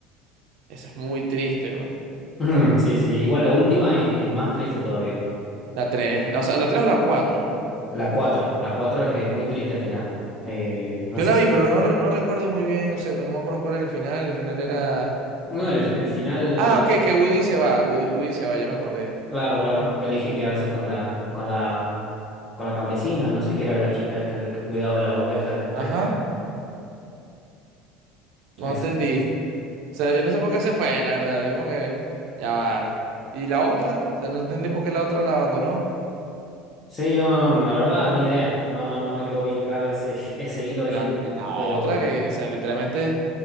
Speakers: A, on the right; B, on the left.
A: Esa es muy triste, bro.
B: <clears throat> Sí, sí, igual la última es eh, más triste todavía.
A: La tres. O sea, la tres o la cuatro.
B: La cuatro, la cuatro es eh, muy triste al final. Eh, no
A: Yo
B: sé
A: la
B: si...
A: vi, pero no, re- no recuerdo muy bien, o sea, que no me acuerdo cuál era el final. El final era...
B: No, el, el final...
A: Ah, ok, que Woody se va, Woody, Woody se va, ya me acordé.
B: Claro, claro, que elige quedarse con la, con la, con la campesina, no sé qué era la chica esta que, que cuidaba la oveja de tres
A: Ajá,
B: cabezas.
A: no
B: Esa.
A: entendí. O sea, yo no sé por qué se fue, la verdad. Yo como que... Ya va. ¿Y la otra? O sea, no entendí por qué la otra la abandonó.
B: Sí, no, no, la verdad, ni idea. No, no, no me quedó bien claro ese, <laughs> ese hilo ahí
A: En la,
B: en
A: en
B: medio,
A: la
B: pero
A: otra, que, o sea, literalmente,